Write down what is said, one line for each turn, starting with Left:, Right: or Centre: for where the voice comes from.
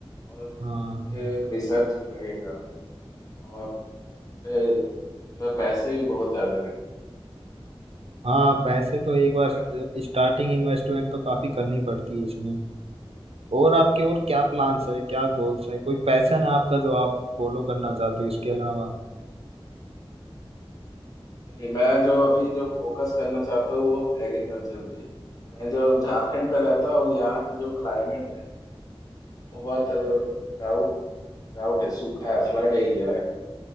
Left: और
Right: हाँ
Left: इस पे एक रिसर्च भी लगेगा और इस पे जो है पैसे भी बहुत ज्यादा लगे
Right: हाँ पैसे तो एक बार
Left: स्टार्टिंग में
Right: स्टार्टिंग इन्वेस्टमेंट तो काफी करनी पड़ती है इसमें और आपके और क्या प्लान्स है क्या गोल्स है कोई पैशन है आपका जो आप फॉलो करना चाहते हो इसके अलावा
Left: नहीं मैं जो अभी जो फोकस करना चाहता हूँ वो एग्रीकल्चर पे ही। मैं जो झारखंड में रहता हूँ यहाँ का जो क्लाइमेट है वो बहुत ड्राउट ड्राउट है सूखा है फ्लड एरिया है